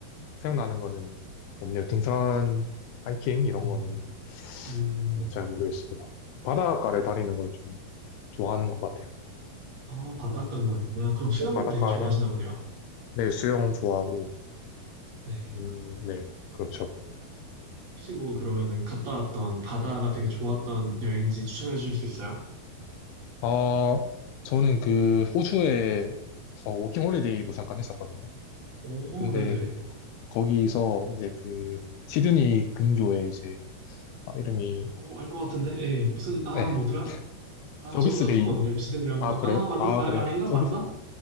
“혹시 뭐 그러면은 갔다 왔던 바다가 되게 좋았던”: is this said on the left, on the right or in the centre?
Right